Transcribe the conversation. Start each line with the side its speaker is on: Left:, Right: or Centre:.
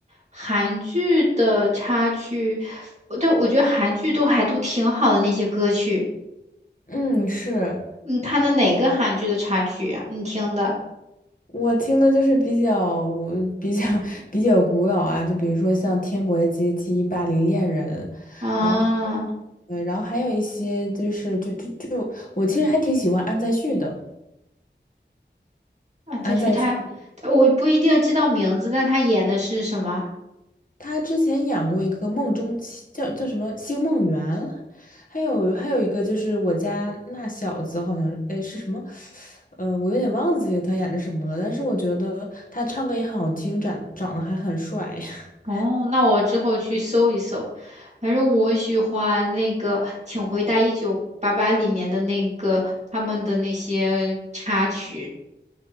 Right: 韩剧的插曲，我但我觉得韩剧都还都挺好的那些歌曲。
Left: 嗯，是。
Right: 你看的哪个韩剧的插曲呀、你听的
Left: 我听的就是比较呃比较 <laughs> 比较古老啊，就比如说像《天国的阶梯》《巴黎恋人》，
Right: 啊
Left: 然后呃，然后还有一些就是就就就我其实还挺喜欢安在旭的。
Right: 啊，这徐泰，
Left: 安在旭
Right: 我不一定知道名字，但他演的是什么？
Left: 他之前演过一个《梦中情叫叫什么《星梦缘》，还有还有一个就是我家那小子好像是哎是什么，呃，我有点忘记他演的什么了，但是我觉得他唱歌也很好听，长长得还很帅。<laughs>
Right: 哦，那我之后去搜一搜。反正我喜欢那个《请回答一九八八》里面的那个他们的那些插曲，